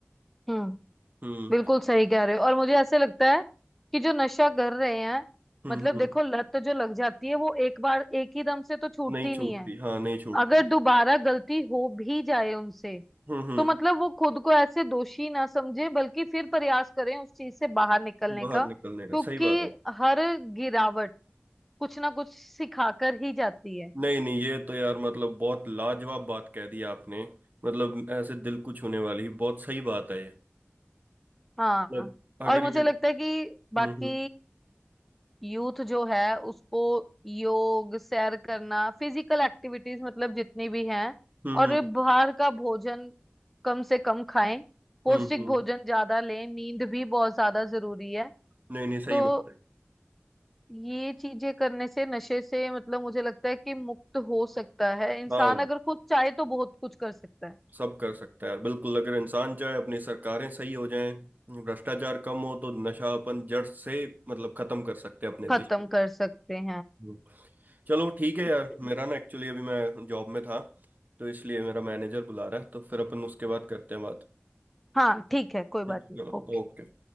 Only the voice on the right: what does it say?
हम्म
हम्म
हम्म
नहीं छूटती
हाँ नहीं छूटती
हम्म हम्म
बाहर
निकलने का
सही बात है
नहीं नहीं ये तो यार मतलब बहुत लाजवाब बात कह दी आपने मतलब ऐसे दिल को छूने वाली बहुत सही बात है ये
मतलब अगर
ये हम्म
हम्म
हम्म
हम्म
हम्म हम्म। हम्म,
हम्म,
नहीं नहीं सही
बात है
हाँ
सब कर सकता है यार बिल्कुल अगर इंसान चाहे अपनी सरकारें सही हो जाएं भ्रष्टाचार कम हो तो नशा अपन जड़ से मतलब खत्म कर सकते हैं अपने
देश में
हम्म। चलो ठीक है
यार मेरा ना एक्चुअली अभी मैं जॉब में था तो इसलिए मेरा मैनेजर बुला रहा है तो फिर अपन उसके बाद करते हैं बात
हम्म,
चलो
ओके